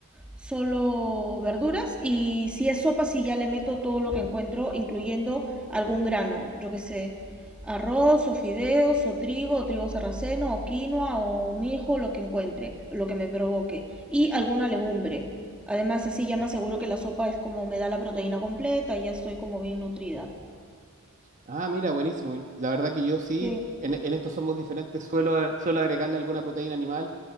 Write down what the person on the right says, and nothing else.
Ah, mira, buenísimo. La verdad que yo sí,
en, en esto somos diferentes, suelo, suelo agregarle alguna proteína animal,